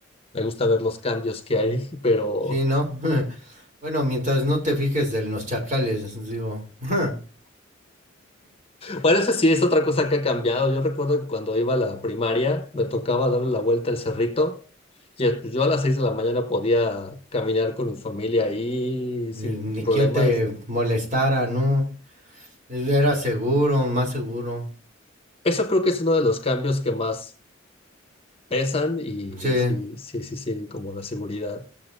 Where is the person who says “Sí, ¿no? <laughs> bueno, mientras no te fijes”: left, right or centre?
Right